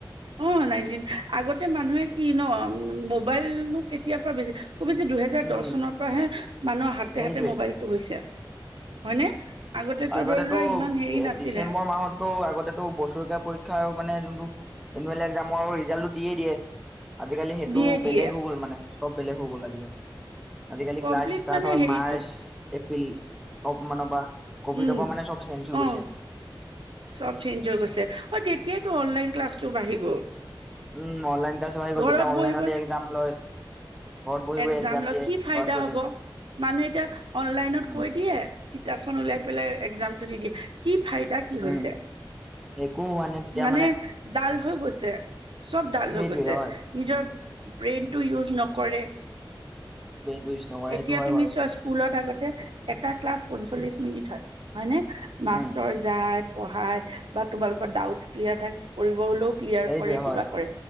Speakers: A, on the right; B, in the centre.
A: অ' নাইনটিন, আগতে মানুহে কি ন মোবাইলনো কেতিয়াৰ পৰা বেছি খুব বেছি দুহেজাৰ
B: উম
A: দহ চনৰ পৰাহে মানুহৰ হাতে-হাতে
B: সেইটোৱে
A: মোবাইলটো হৈছে, হয়নে?
B: আগতেতো
A: ধৰি লোৱা ইমান হেৰি নাছিলে
B: ডিচেম্বৰ মাহত তো আগতেতো বছৰেকীয়া পৰীক্ষা আৰু মানে যোনটো এনুৱেল এক্জামৰ ৰিজাল্টটো দি দিয়ে। আজিকালি সেইটো
A: দিয়ে দিয়ে
B: বেলেগ হৈ গ'ল মানে, চব বেলেগ হৈ গ'ল আজিকালি। আজিকালি
A: কমপ্লিট
B: ক্লাছ ষ্টাৰ্ট
A: মানে
B: হয়
A: হেৰিটো
B: মাৰ্চ, এপ্ৰিলৰ মানৰ পৰা। ক'ভিডৰ
A: উম
B: পৰা মানে চব চেঞ্জ
A: অ
B: হৈ গৈছে।
A: চব চেঞ্জ হৈ গৈছে। অ' তেতিয়াই টো অনলাইন ক্লাছটো বাঢ়ি গ'ল।
B: উম' অনলাইন ক্লাছ বাঢ়ি গ'ল,
A: ঘৰত
B: তেতিয়া অনলাইনতে
A: বহিব
B: এক্সাম লয়। ঘৰত বহি বহি
A: একজাম
B: এক্সাম
A: লৈ
B: দিয়ে
A: কি ফাইদা
B: ল'ৰা ছোৱালীয়ে।
A: হ'ব, মানে এতিয়া অনলাইনত
B: উম
A: কৈ দিয়ে। কিতাপখন ওলাই পেলাই একজাম দি দিয়ে, কি ফাইদা? কি হৈছে?
B: উম একো হোৱা নাই তেতিয়া
A: মানে ডাল হৈ গৈছে, চব ডাল
B: সেইটোৱে
A: হৈ গৈছে,
B: হয়।
A: নিজৰ ব্ৰেইনতো ইউজ নকৰে।
B: ব্ৰেইনটো ইউজ নকৰে
A: এতিয়া
B: সেইটো হয়
A: তুমি
B: বাৰু
A: চোৱাচোন <unintelligible> স্কুলত আগতে এটা ক্লাছ পঞ্চল্লিছ মিনিট হয়, হয়নে? মাষ্টৰ
B: উম
A: যায়, পঢ়াই বা তোমালোকৰ ডাউট ক্লিয়াৰ থা কৰিব হ'লেও ক্লিয়াৰ
B: সেইটোৱে
A: কৰে, কিবা
B: হয়
A: কৰে।